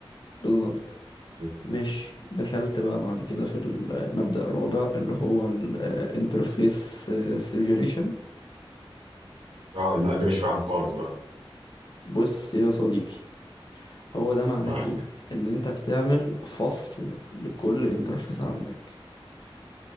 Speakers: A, on the left; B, on the right.
A: بالظبط
B: ايوه
A: ماشي دخلت بقى بعد كده في المبدأ الرابع اللي هو الانترفيس سيجريشن
B: اه لا دي مش فاهمه خالص بقى
A: بص يا صديقي هو ده معناه
B: معاك
A: ايه ان انت بتعمل فصل لكل انترفيس عندك